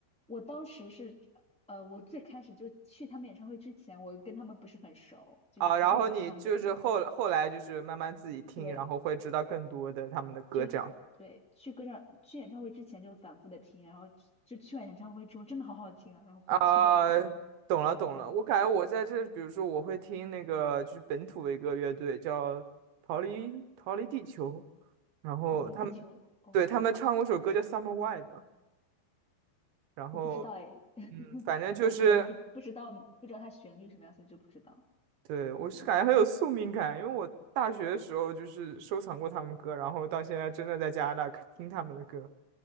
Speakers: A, in the centre; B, on the right.
A: 我当时是，呃，我最开始就去他们演唱会之前，我跟他们不是很熟，就是不是很熟他们的歌。
B: 啊，然后你就是后后来就是慢慢自己听，
A: 对，
B: 然后会知道更多的他们的歌这样。
A: 就对，去歌唱去演唱会之前就反复的听，然后就去完演唱会之后真的好好听啊，然后回去再听，
B: 啊，懂了懂了，
A: 这样子啊
B: 我感觉我在这，比如说我会听那个就是本土的一个乐队叫逃离逃离地球，然后他们
A: 逃离地球。哦，
B: 对他们唱过首歌叫《Summer w i b e 然后
A: 我不知道哎，<laughs>
B: 嗯，反正就是
A: 我可能不不知道不知道它旋律什么样，所以就不知道。
B: 对我是感觉很有宿命感，
A: 嗯，
B: 因为我大学的时候就是收藏过他们歌，然后到现在真的在加拿大听他们的歌，